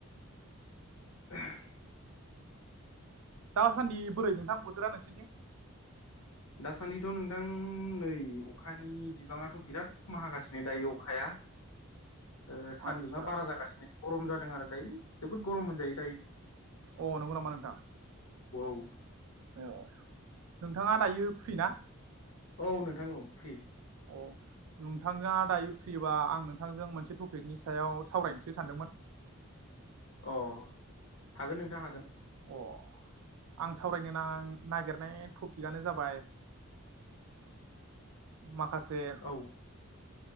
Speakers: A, on the left; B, on the right.
A: <unintelligible>
B: दासान्दि बोरै नोंथां बोथोरा नोंसिरनिथिं?
A: दासान्दिथ' नोंथां नै अखानि बिबाङाथ' बिराद खम हागासिनो दायो अखाया ओ सानदुङा
B: आदसा
A: बारा जागासिनो गरम जाद दों आरो दायो जोबोर गरम होनजायो।
B: अ नंगौ नामा नोंथां?
A: <unintelligible>
B: अ नोंथाङा दायो फ्रि ना?
A: औ नोंथां औ फ्रि।
B: अ नोंथाङा दायो फ्रियोबा आं नोंथांजों मोनसे टपिकनि सायाव सावरायनोसो सानदोंमोन।
A: अ हागोन नोंथां हागोन।
B: अ आं सावरायनो ना नागिरनाय टपिकनो जाबाय माखासे से
A: औ